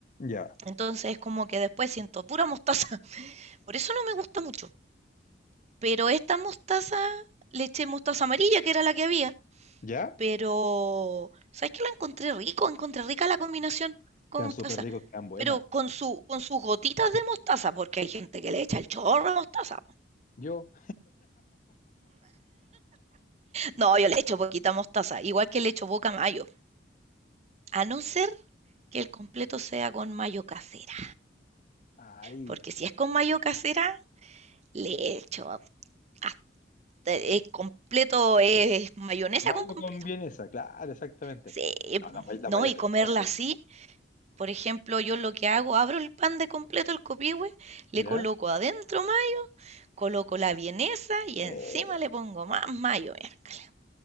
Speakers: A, on the left; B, on the right.
A: ya,
B: Entonces es como que después siento pura mostaza. <laughs> Por eso no me gusta mucho. Pero esta mostaza, le eché mostaza amarilla, que era la que había.
A: ya.
B: Pero, ¿sabes qué? Lo encontré rico, encontré rica la combinación con
A: Quedan
B: mostaza.
A: súper ricos, quedan buenas.
B: Pero con su, con sus gotitas de mostaza, porque hay gente que le echa el chorro de mostaza.
A: Yo,
B: No, yo le echo poquita mostaza, igual que le echo poca mayo, a no ser que el completo sea con mayo casera,
A: ay,
B: porque si es con mayo casera, le echo hasta el completo, es mayonesa
A: mayo
B: con completo.
A: con vienesa, claro, exactamente.
B: Sí,
A: No,
B: pum.
A: la, may- la
B: no,
A: mayo
B: y
A: cajeta
B: comerla
A: es muy.
B: así, por ejemplo, yo lo que hago, abro el pan de completo, el copihue, le
A: ¿Ya?
B: coloco adentro mayo, coloco la vienesa y
A: Eh,
B: encima le pongo más mayo, miércoles.